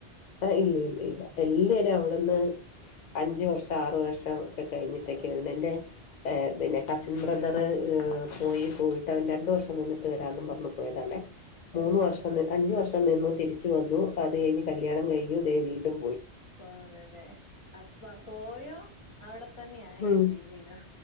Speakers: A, on the left; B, on the left.
A: ആ ഇല്ല ഇല്ല ഇല്ല എല്ലരും അവ്ട്ന്ന് അഞ്ച് വർഷ ആറ് വർഷം ക്കെ കഴിഞ്ഞിട്ടെക്കെ
B: ആഹ്
A: വരുന്നെ എന്റെ ഏഹ് പിന്നെ കസിൻ ബ്രദറ് പോയി പോയിട്ട് അവൻ രണ്ട് വർഷം നിന്നിട്ട് വരാന്നും പറഞ്ഞ് പോയതാണെ മൂന്ന്
B: ഏഹ്
A: വർഷംന്ന്
B: ഏഹ്
A: അഞ്ച് വർഷ ട നിന്നു തിരിച്ചു വന്നു അത് കഴിഞ്ഞിട്ട് കല്യാണം കയിഞ്ഞു ദേ വീണ്ടും
B: പാ അതെ അതെ അപ്പ പോയോ അവടത്തന്നെയായി
A: ഉം
B: ജീവിതം